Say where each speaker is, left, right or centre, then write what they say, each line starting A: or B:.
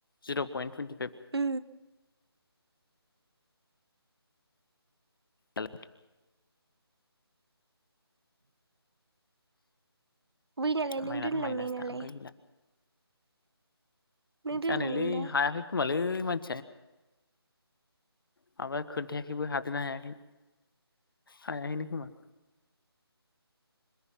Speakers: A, on the left; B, on the right.
A: जिर' पइन्ट टुइन्टि <inaudible>
B: उम
A: हेल
B: बै नालाय नों
A: माइनास
B: दोनलांनाय
A: माइनास
B: नालाय
A: दा ओमफ्राय
B: नों दोनलांनाय
A: जानायलै
B: ना
A: हायाखै खोमालै मान माबा खोनन्थायाखैबो हादोंना हायाखै हाया खैनो खोमा।